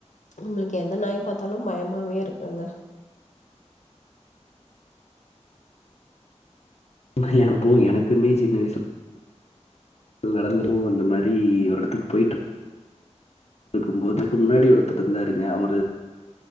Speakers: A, on the left; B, on the left.
A: நம்மளுக்கு எந்த நாய் பார்த்தாலு பயம் மாவே இருக்குங்க
B: பய அனுபவோ எனக்குமே சின்ன வயசி நடந்துருமோ அந்த மாரி ஒரு எடத்துக்கு போயிட் இருக்கும்போது இதுக்கு முன்னாடி ஒருத்தர் இருந்தாருங்க அவரு